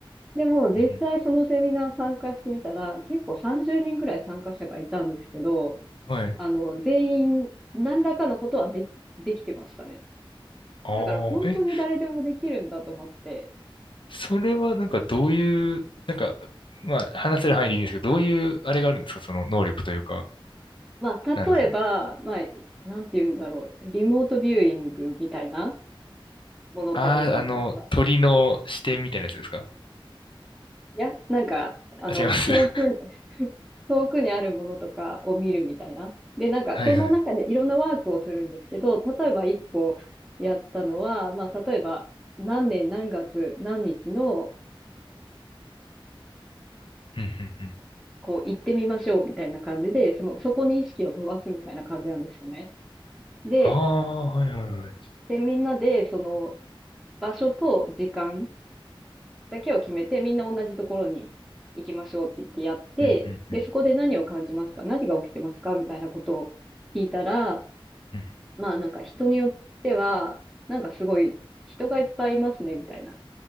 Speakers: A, in the centre; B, on the left.
A: でも実際そのセミナー参加してみたら、
B: うん
A: 結構30人ぐらい参加者がいたんですけど、
B: うんはい。
A: あの、全員何らかのことはでき、できてましたね。
B: あ
A: だから本当に誰でもできるんだと思って。
B: あ、え、それはなんかどういう、なんか、まあ話せる範囲でいいんですけど、どういうあれがあるんですかその能力というか、
A: まあ、例えば、
B: なんですかね。
A: まあ、なんて言うんだろう。リモートビューイングみたいなものってあるじゃないですか。
B: ああ、あの、鳥の視点みたいなやつですか
A: いや、なんか、あの、
B: あ、違います。
A: 遠くに
B: <laughs>
A: <laughs> 遠くにあるものとかを見るみたいな。で、なんか、
B: はいはい。
A: その中でいろんなワークをするんですけど、例えば一個やったのは、まあ、例えば、何年何月何日の、
B: うんうんうん。
A: こう、行ってみましょうみたいな感じで、その、そこに意識を飛ばすみたいな感じなんですよね。で、
B: ああ、はいはいはい。
A: で、みんなで、その、場所と時間だけを決めて、みんな同じところに行きましょうって言ってやって、
B: うんうん
A: で、そこで何を感じますか何が起きてますかみたいなことを聞いたら、
B: うん
A: まあなんか人によっては、なんかすごい人がいっぱいいますね、みたいな。